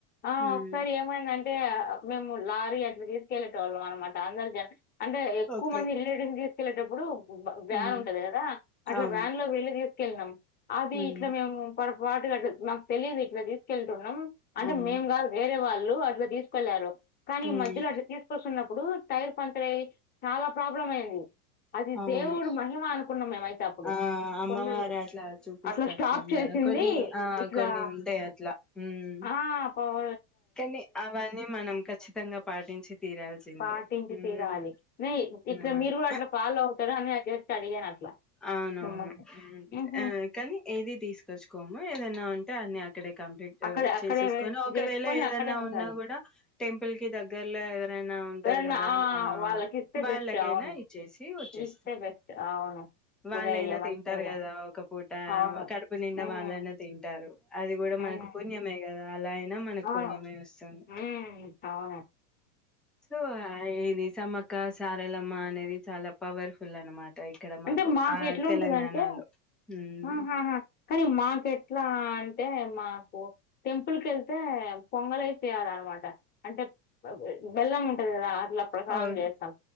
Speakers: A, on the left (about 20°); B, in the centre.
A: ఆ
B: ఉమ్
A: సార్ ఏమైందంటే మేము లారీ ఎ తీసుకెల్లోటోళ్ళం అనమాట అందరిజ అంటే ఎక్కువ
B: ఓకే
A: మంది రిలేటువ్ ని కిలటప్పుడు వ వ్యాన్
B: ఉమ్
A: ఉంటది కదా అట్లా
B: అవును
A: వ్యాన్ లో వెళ్లిి తీసుకెళ్లి కెల్నం అది
B: ఉమ్
A: ఇట్లా మేము పొరపాటుగా అట్ల మాకు తెలిదు ఇట్లా తీసుకెళ్తున్నం అంటే
B: అవును
A: మేం కాదు రే వాళ్ళు అట్లా తీసుకెళ్లారు కానీ ఈ
B: ఉమ్
A: మధ్యలో అట్లా తీసుకొస్తున్నప్పుడు టైర్ పంచర్ అయ్యి చాలా ప్రాబ్లం అయింది అది
B: అవును
A: దేవుడు మహిమ అనుకున్నాం మేమైతే అప్పుడు
B: ఆ అమ్మవారు
A: కొందరు
B: అట్లా చూపిస్తారు
A: అట్లా స్టాప్
B: కొందరు
A: చేసింది
B: కొన్ని ఆ
A: ఇట్లా
B: కొన్ని ఉంటాయి అట్లా ఉమ్
A: ఆ పవ
B: కానీ అవన్నీ మనం ఖచ్చితంగా పాటించి తీరాల్సిందే
A: పాటించి
B: ఉమ్
A: తీరాలి న ఇట్లా
B: అవును
A: మీరు కూడా అట్లా ఫాలో అవుతారు అని నేను జస్ట్ అడిగాను అట్లా
B: అవునవును
A: మిమ్మల్ని మ్హూ.
B: ఆ కానీ ఏది తీసుకొచ్చుకోము ఏదైనా ఉంటే అని ఇక్కడ కంప్లీట్
A: అక్కడ అక్కడే
B: చేసేసుకొని ఒకవేళ
A: చేసుకొని
B: ఏదైనా
A: అక్కడే ఉంటారు
B: ఉన్నా కూడా టెంపుల్ కి దగ్గర్లో ఎవరైనా ఉంటారు
A: ఎవరన్నా
B: కదా ఆ
A: వాళ్ళకి ఇస్తే
B: వాళ్ళకైనా
A: బెస్ట్ అవును
B: చేసి వచ్చేస్తాం.
A: ఇస్తే బెస్ట్ అవును
B: వాళ్ళైనా
A: గుడ్ ఐడియా మంచి
B: తింటారు
A: ఐడియా
B: కదా ఒక పూట
A: అవును
B: కడుపు నిండా
A: మ్మ్,
B: వాళ్ళైనా తింటారు అది కూడా
A: మ్మ్,
B: మనకు పుణ్యమే కదా పలాన్ మనకు
A: అవును
B: పుణ్యమె వస్తుంది
A: మ్మ్, అవును
B: సో అయి సమక సారలమ్మ అనేది చాలా పవర్ఫుల్ అనమాట ఇక్కడ
A: అంటే మాకు
B: ఆ
A: ఎట్లుంటదంటే
B: తెలంగాణలో ఉమ్
A: ఆహహా కానీ మాక ఎట్లా అంటే మాకు టెంపుల్ కెళ్తే పొంగలే చేయాలనమాట అంటే బెల్లం ఉంటది కదా అట్లా ప్రసాదం
B: అవును
A: చేస్తాం